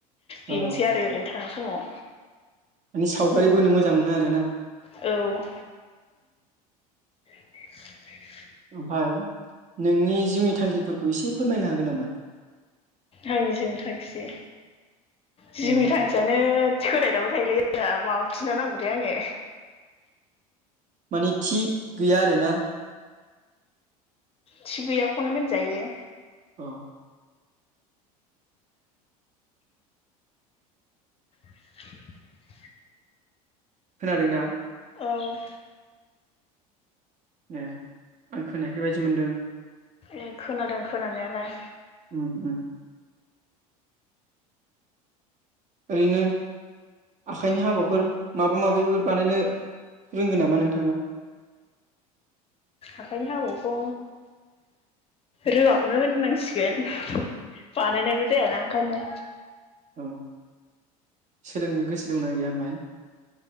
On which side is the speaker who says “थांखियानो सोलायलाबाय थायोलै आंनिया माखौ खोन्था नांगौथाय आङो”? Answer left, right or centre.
Left